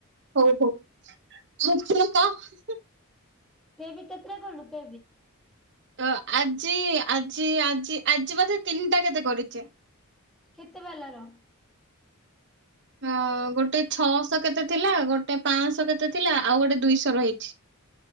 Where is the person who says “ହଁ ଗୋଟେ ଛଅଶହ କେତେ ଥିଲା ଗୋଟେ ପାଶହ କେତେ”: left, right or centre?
Right